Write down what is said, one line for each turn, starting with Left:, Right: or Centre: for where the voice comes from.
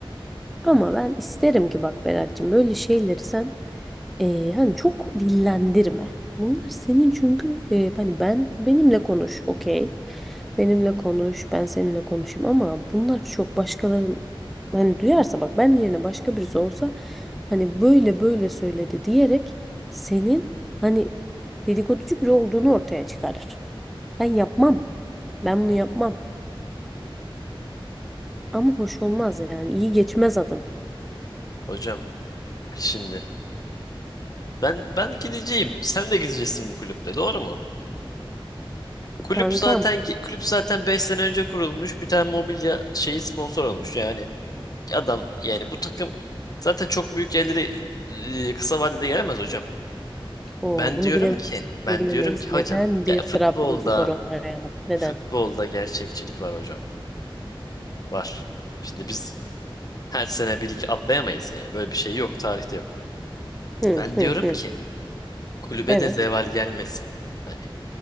Centre: Ama ben isterim ki bak Berat'cığım böyle şeyleri sen eee, hani çok dillendirme. Bunlar senin çünkü eee, hani ben benimle konuş okey. Benimle konuş ben seninle konuşayım ama bunlar çok başkaların hani duyarsa bak ben yerine başka birisi olsa hani böyle böyle söyledi diyerek senin hani dedikoducu biri olduğunu ortaya çıkarır. Ben yapmam. Ben bunu yapmam. Ama hoş olmaz yani. iyi geçmez adın.
Left: Hocam şimdi ben ben gideceğim. Sen de gideceksin bu kulüpte. Doğru mu? Kulüp
Centre: Kankam.
Left: zaten kulüp zaten 5 sene önce kurulmuş. Bir tane mobilya şeyi sponsor olmuş. Yani adam yani bu takım zaten çok büyük yerlere e, kısa vadede gelemez hocam.
Centre: Oo,
Left: Ben
Centre: bunu
Left: diyorum
Centre: bilemeyiz.
Left: ki ben
Centre: Bunu bilemeyiz.
Left: diyorum ki hocam
Centre: Neden bir
Left: ya futbolda
Centre: Trabzonspor olmayalım? Neden?
Left: futbolda gerçekçilik var hocam. Var. Şimdi biz her sene bir iki atlayamayız yani. Böyle bir şey yok. Tarihte yok.
Centre: Hı
Left: Ben
Centre: hı
Left: diyorum
Centre: hı.
Left: ki kulübe
Centre: Evet.
Left: de zeval gelmesin. Hani